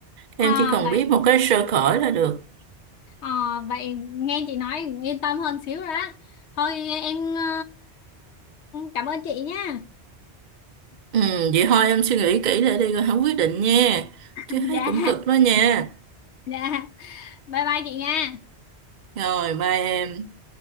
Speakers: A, on the right; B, on the left.
A: em
B: à,
A: chỉ cần
B: vậy
A: biết một cái sơ khởi là được
B: à, vậy nghe chị nói yên tâm hơn xíu rồi đó thôi em ờ, cảm ơn chị nha
A: ừ, vậy thôi em suy nghĩ kỹ lại đi rồi hãng quyết định nha
B: <laughs>
A: chứ thấy cũng
B: dạ
A: cực đó nha
B: dạ bye bye chị nha
A: rồi bye em